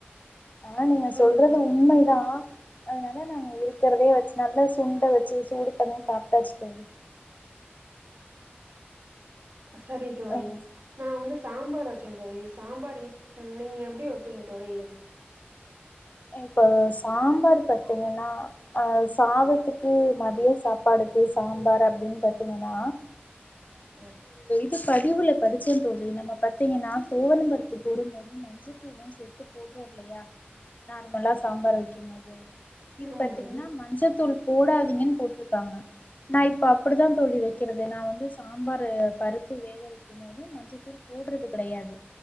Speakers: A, on the left; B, on the right.
A: ஆஹ் நீங்க
B: சரி
A: சொல்றது
B: தோ
A: உண்மைதா அதனால நாங்க இருக்கிறதே வச்சு நல்லா சுண்ட வச்சு சூடு பண்ணி சாப்பிட்டாச்சு தோழி
B: சரி தோழி
A: ம்
B: நா வந்து சாம்பார் வச்ச தொழி சாம்பார் நீங்க எப்படி வைப்பீங்க தொழி
A: இப்போ சாம்பார் பாத்தீங்கன்னா அஹ் சாதத்துக்கு மதிய சாப்பாடுக்கு சாம்பார் அப்படின்னு பார்த்தீங்கன்னா
B: ஹ
A: க்கு பதிவுல படிச்ச தோழி நம்ம பாத்தீங்கன்னா தோவன பருப்பு போடும் போது மஞ்சத்தூலு சேர்த்து போடுறோ இல்லையா நார்மலா சாம்பார் வைக்கும் போது இது
B: ஆமா
A: பாத்தீங்கன்னா
B: தோழி
A: மஞ்சத்தூள் போடாதீங்கன்னு போட்டிருக்காங்க நாய் இப்ப அப்படித்தா தோழி வைக்கிறது நா வந்து சாம்பார் பருப்பு வேக வைக்கும் போது மஞ்சத்தூள் போடுறது கிடையாது